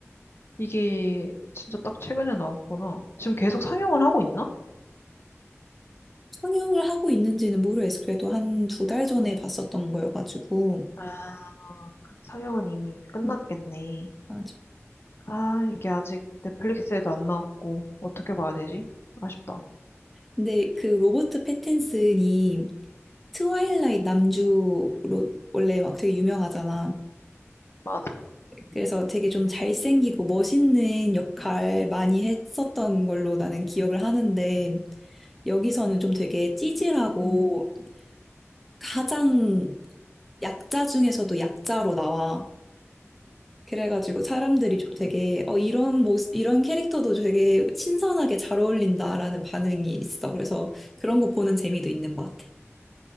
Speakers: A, on the left; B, in the centre.
A: 이게 진짜 딱 최근에 나왔구나. 지금 계속 상영을 하고 있나?
B: 상영을 하고 있는지는 모르겠어. 그래도 한 두 달 전에 봤었던 거여가지고.
A: 아, 그 상영은 이미 끝났겠네.
B: 음, 맞아.
A: 아, 이게 아직 넷플릭스에도 안 나왔고, 어떻게 봐야 되지? 아쉽다.
B: 근데 그 로버트 패틴슨이 트와일라이트 남주로 원래 막 되게 유명하잖아.
A: 맞아.
B: 그래서 되게 좀 잘생기고 멋있는 역할 많이 했었던 걸로 나는 기억을 하는데 여기서는 좀 되게 찌질하고
A: 음.
B: 가장 약자 중에서도 약자로 나와. 그래가지고 사람들이 좀 되게 어 이런 모습 이런 캐릭터도 되게 신선하게 잘 어울린다라는 반응이 있어. 그래서
A: 음.
B: 그런 거 보는 재미도 있는 것 같아.